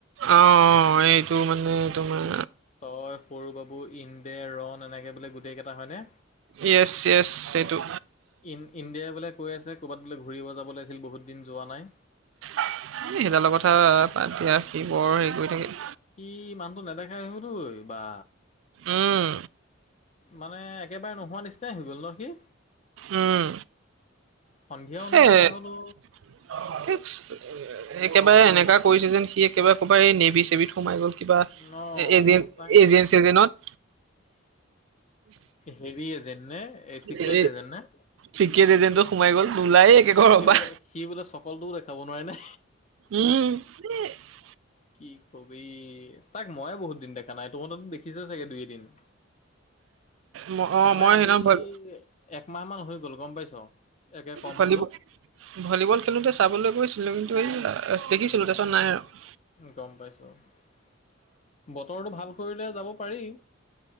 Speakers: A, on the right; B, on the left.
A: অ', অ' এইটো মানে তোমাৰ
B: তই, সৰু, বাবু, ইন্দে, ৰন, এনেকে বোলে গোটেই কেইটা হয়নে?
A: য়েছ-য়েছ সেইটো
B: ইন ইণ্ডিয়াই বোলে কৈ আছে ক'ৰবাত বোলে ঘূৰিব যাব ওলাইছিল বহুত দিন যোৱা নাই।
A: এ, সেইডালৰ কথা বাদ দিয়া সি বৰ হেৰি কৰি থাকে।
B: সি মানুহটো নেদেখাই হল <unintelligible> বা।
A: উম,
B: মানে একেবাৰে নোহোৱা নিচিনাই হৈ গ'ল ন সি।
A: উম,
B: সন্ধিয়াও নেদেখা
A: এই
B: হলো।
A: <unintelligible> একেবাৰে এনেকা কৰিছে যেন সি একেবাৰে কবাৰ এই নেভি চেভিত সোমাই গ'ল। কিবা <unintelligible>
B: অ', তাকেতো। হেৰি এ যেন নে চিক্ৰেট
A: এ
B: এজেণ্ট নে।
A: চিক্ৰেট এজেণ্টত সোমাই গল নোলাই একে ঘৰৰ
B: সি
A: পা।
B: বোলে সি বোলে চকলটোও দেখাব নোৱাৰে নে?
A: উম। <unintelligible>
B: কি কবি, তাক মই য়ে বহুত দিন দেখা নাই, তহঁতেতো দেখিছয়ে চাগে দুই এদিন। উম',
A: ম- অ',
B: মানে
A: মই
B: আজি
A: সেইদিনা ভল
B: একমাহমান হৈ গ'ল গম পাইছোঁ একে কম
A: ভলীবল
B: হ'লেও',
A: ভলীবল খেলোঁতে চাবলৈ গৈছিলোঁ কিন্তু এই অহ', দেখিছিলোঁ
B: উম,
A: তাৰপিছত নাই আৰু',
B: গম পাইছোঁ বাৰু বতৰটো ভাল কৰিলে যাব পাৰি',